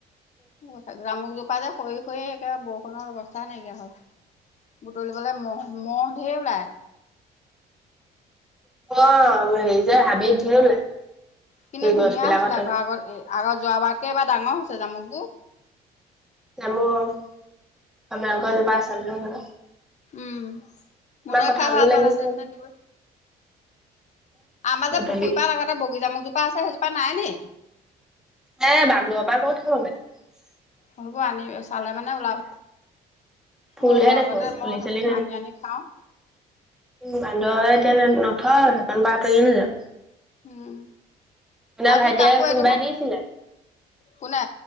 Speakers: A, on the left (about 45°); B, in the centre.
A: অ জামুকজোপা যে সৰি সৰি একে বৰষুণৰ অৱস্থা নাইকিয়া হল বুটলিবলে মহ মহ ঢেৰ ওলায়
B: অ হেৰি যে হাবিত ধেই ওলাই
A: কিন্তু
B: এই
A: ধুনীয়া
B: গছ বিলাকৰ
A: হৈছিলে
B: তলত
A: আকৌ আগত এ আগত যোৱা বাৰত এইবাৰ ডাঙৰ হৈছে জামুকো
B: জামৰ আমাৰ আক এজোপা আছে নহয় ঘৰত
A: উম মুনুৱে
B: কঁঠালবোৰ
A: খাই ভাল পালে
B: লাগিছে
A: হেতেন এতিয়া দিবই আমাৰ
B: বুটলি
A: যে পুখুৰীপাৰত আগতে বগি জামুক জোপা আছে সেইজোপা নাই নি
B: হে বান্দৰ পা কত থব পাৰিম।
A: হ'ব আনি চালে মানে ওলাব
B: ফুলহে
A: অ
B: দেখো
A: আগতে
B: পুলি
A: মই
B: চুলি
A: আনি আনি খাওঁ।
B: বান্দৰ এতিয়া নথয় দোকান পা আঁতৰি নেযায়
A: উম
B: আপোনাৰ
A: আজি
B: ভাইটিয়ে
A: কাপোৰ
B: কোনোবাই
A: এইটো
B: দিছিলে
A: কোনে?